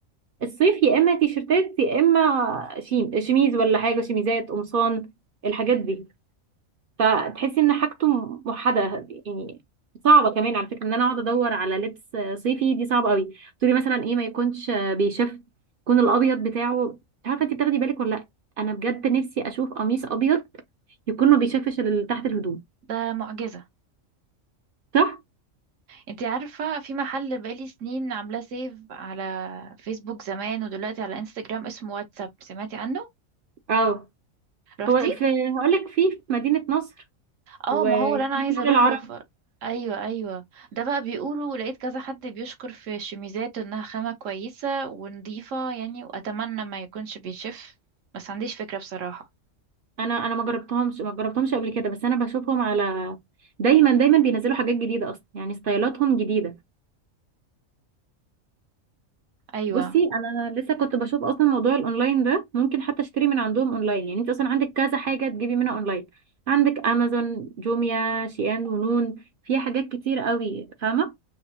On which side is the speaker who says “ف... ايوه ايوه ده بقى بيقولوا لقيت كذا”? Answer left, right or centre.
Right